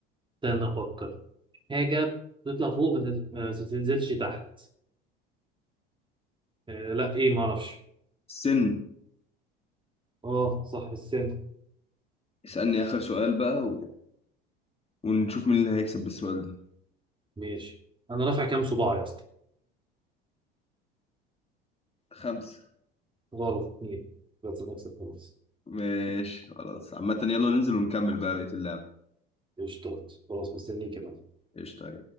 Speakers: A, on the right; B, on the left.
A: استنى افكر حاجة تطلع فوق ما تت- ما تنزلش تحت آه لا ايه ما اعرفش
B: السن
A: اه صح السن
B: اسألني آخر سؤال بقى و... ونشوف مين اللي هيكسب بالسؤال ده
A: ماشي انا رافع كام صباع يا اسطى
B: خمسة
A: غلط اتنين بس نكسب خلاص
B: ماشي خلاص عامة يلا ننزل ونكمل بقى بقية اللعبة
A: قشطات خلاص مستنيك يا معلم
B: قشطة